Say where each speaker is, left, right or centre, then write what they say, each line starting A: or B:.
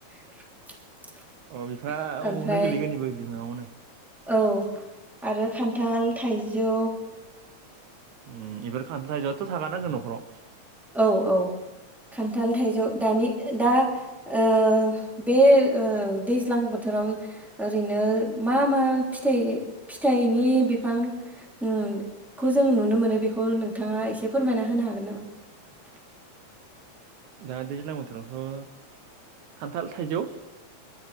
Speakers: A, in the centre; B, on the right.
A: <unintelligible>
B: अ बिफांआ
A: ओमफ्राय
B: औनो गोलैगोन इबो बिफांआवनो
A: औ आरो खान्थाल थाइजौ
B: ओम इफोर खान्थायजोआथ थाखानांगो नखराव
A: औ औ खान्थाल थाइजौ दानि दा ओ बे ओ दैज्लां बोथोराव ओरैनो मा मा फिथाइ फिथाइनि बिफां ओम खौ जों नुनो मोनो बेखौ नोंथाङा एसे फोरमायना होनो हागोन नामा? <inaudible>
B: दा दैज्लां बोथोरावथ खान्थाल थाइजौ